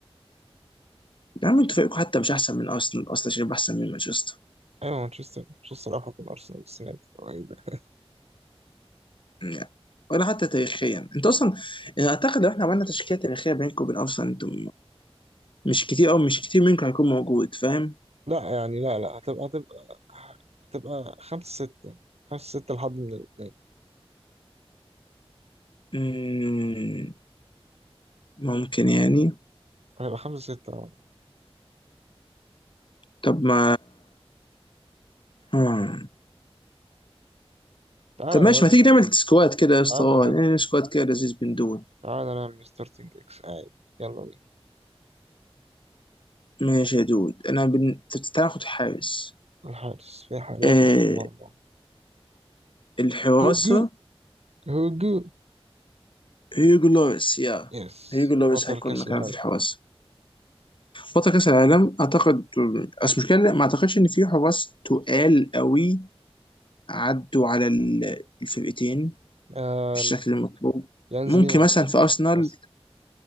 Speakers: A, on the left; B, on the right.
A: يا عم انتوا فريقكم حتى مش احسن من ارسنال اصلا عشان يبقى احسن من مانشستر
B: ايوه مانشستر مانشستر افضل من ارسنال السنة دي هو ايه ده
A: يعني. ولا حتى تاريخيا انتوا اصلا يعني اعتقد لو احنا عملنا تشكيله تاريخيه بينكم وبين ارسنال انتم مش كتير او مش كتير منكم هيكون موجود فاهم
B: لا يعني لا لا هتبقى هتبقى هتبقى خمسة ستة خمسة ستة لحد من الاتنين
A: مم، ممكن يعني
B: هتبقى خمسة ستة اه
A: طب ما آه.
B: تعالى
A: طب ماشي
B: نودي
A: ما تيجي
B: تشكيلة
A: نعمل سكواد كده يا اسطى
B: تعالى
A: آه،
B: نودي
A: نعمل سكواد كده لذيذ بن دود
B: تعالى نعمل ستارتنج اكس عادي يلا بينا
A: ماشي يا دود انا بن... تاخد حارس
B: الحارس في حارس
A: آه
B: وسط المرمى
A: الحراسة
B: هجوم هجوم
A: هيجو لوريس يا
B: يس
A: هيجو لوريس
B: بطل
A: هيكون
B: كأس
A: مكان
B: العالم
A: في الحراسة بطل كأس العالم اعتقد بس مشكلة لا، ما اعتقدش ان في حراس تقال قوي عدوا على ال- الفرقتين
B: آه
A: بالشكل المطلوب
B: يانز
A: ممكن
B: ليمان
A: مثلا
B: مثلا
A: في ارسنال
B: بس